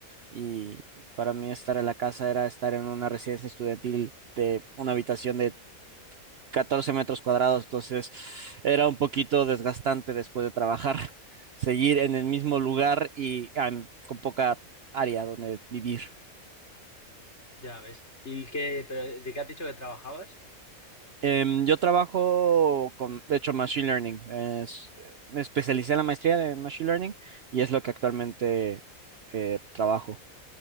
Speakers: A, on the right; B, on the left.
A: y para mí estar en la casa era estar en una residencia estudiantil de una habitación de 14 metros cuadrados, entonces era un poquito desgastante después de trabajar, <laughs> seguir en el mismo lugar y ah, con poca área donde vivir.
B: Ya ves. ¿Y qué, pero de qué has dicho que trabajabas?
A: Em, yo trabajo con, de hecho, Machine Learning. Es- me especialicé en la maestría en Machine Learning y es lo que actualmente eh, trabajo.